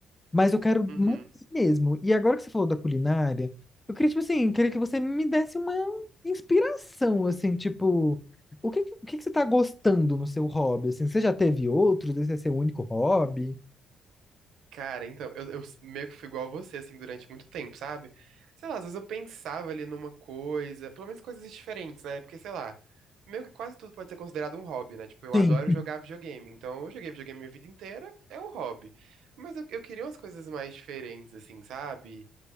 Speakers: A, on the left (about 15°); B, on the right (about 80°).
A: mas eu quero
B: Uhum.
A: manter mesmo. E agora que você falou da culinária, eu queria, tipo assim, queria que você me desse uma inspiração, assim, tipo, o que, que- o que que você tá gostando no seu hobby? Assim, você já teve outros? Esse é seu único hobby?
B: Cara, então, eu, eu meio que fui igual a você, assim, durante muito tempo, sabe? Sei lá, às vezes eu pensava ali numa coisa, pelo menos coisas diferentes, né? Porque, sei lá, meio que quase tudo pode ser considerado um hobby, né? Tipo, eu
A: Sim.
B: adoro jogar videogame, então eu joguei videogame minha vida inteira, é um hobby. Mas eu, eu queria umas coisas mais diferentes, assim, sabe?